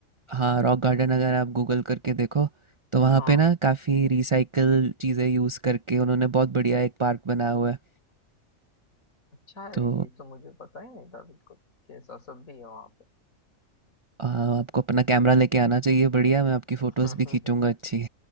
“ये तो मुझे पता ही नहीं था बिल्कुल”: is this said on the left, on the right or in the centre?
Left